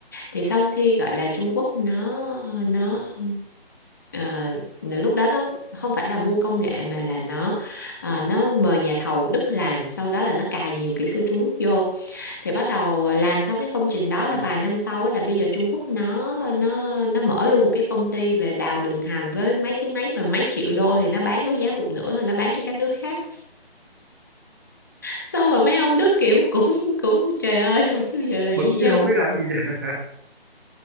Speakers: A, on the left (about 20°); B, on the right (about 20°).
A: thì sau khi gọi là Trung Quốc nó nó ờ, lúc đó nó không phải là mua công nghệ mà là nó ờ, nó mời nhà thầu Đức làm sau đó là nó cài nhiều kỹ sư Trung Quốc vô thì bắt đầu ờ, làm xong cái công trình đó là
B: ừ.
A: vài năm sau á, là bây giờ Trung Quốc nó nó nó mở luôn một cái công ty về đào đường hầm với mấy cái máy mà mấy triệu đô thì nó bán với giá một nửa thôi nó bán cho các nước khác xong rồi mấy ông Đức kiểu cũng cũng trời ơi <laughs> luôn chứ giờ làm
B: bực
A: gì nhau
B: chứ không biết làm gì vậy